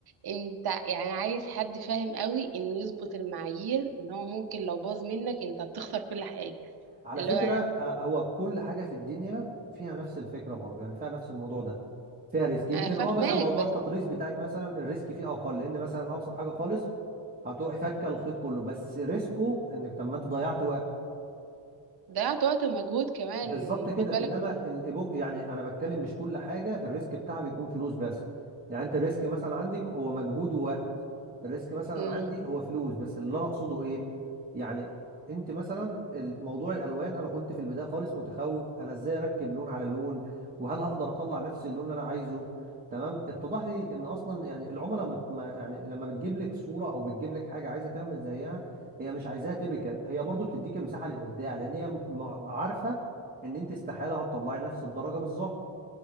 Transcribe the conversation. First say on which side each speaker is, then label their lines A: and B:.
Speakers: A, on the right (about 50°); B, on the right (about 20°).
A: انت يعني عايز حد فاهم قوي انه يظبط المعايير ان هو ممكن لو باظ منك انت بتخسر كل حاجه
B: على
A: اللي
B: فكرة
A: هو
B: آه، هو كل حاجة في الدنيا فيها نفس الفكرة برضو يعني فيها نفس الموضوع ده فيها ريسك يمكن
A: انا فاهماك
B: اه مثلا موضوع
A: بس
B: التطريز بتاعك مثلا الريسك فيه اقل لان مثلا ابسط حاجة خالص هتروحي فكه الخيط كله بس ريسكه انك طب ما انت ضيعت
A: ضيعت وقت ومجهود كمان
B: بالظبط كده
A: خد بالك
B: انما الإيبو... يعني انا بتكلم مش كل حاجه الريسك بتاعها بيكون فلوس بس يعني انت الريسك مثلا عندك هو مجهود ووقت الريسك مثلا
A: ان
B: عندي هو فلوس بس اللي انا اقصده ايه يعني انت مثلا موضوع الالوان انا كنت في البدايه خالص متخوف انا ازاي اركب لون على لون وهل هقدر اطلع نفس اللون اللي انا عايزه تمام اتضح لي ان اصلا يعني العملاء بت... ما- يعني لما بتجيب لك صوره او بتجيب لك حاجه عايزه تعمل زيها هي مش عايزاها تيبيكال هي برضو بتديك مساحه للابداع لان هي م- عارفه ان انت استحاله هتطلعي نفس الدرجه بالظبط